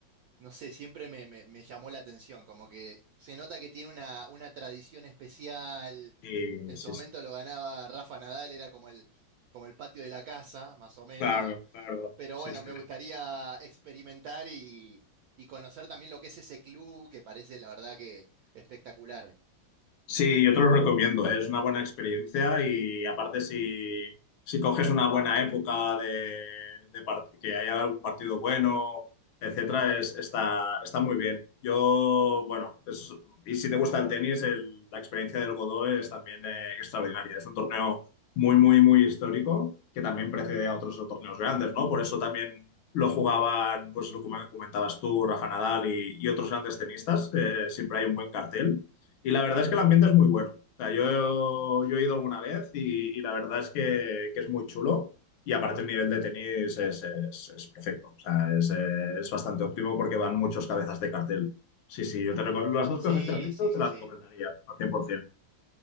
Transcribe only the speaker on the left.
Y-
sí,
sí.
Claro, claro.
Sí,
sí.
Sí, yo te lo recomiendo, ¿eh? Es una buena experiencia y aparte si, si coges una buena época de, de part- que haya un partido bueno, etcétera, es, está, está muy bien. Yo, bueno, es- y si te gusta el tenis, el- la experiencia del Godó es también eh, extraordinaria. Es un torneo muy, muy, muy histórico que también precede a otros torneos grandes, ¿no? Por eso también lo jugaban, pues lo que comentabas tú, Rafa Nadal y, y otros grandes tenistas. Eh, siempre hay un buen cartel. Y la verdad es que el ambiente es muy bueno. O sea, yo, yo he ido alguna vez y, y la verdad es que, que es muy chulo. Y aparte el nivel de tenis es, es- es perfecto. O sea, es, eh, es bastante óptimo porque van muchos cabezas de cartel. Sí, sí, yo te recomiendo las dos
cosas que has dicho,
te
las
recomendaría al 100%.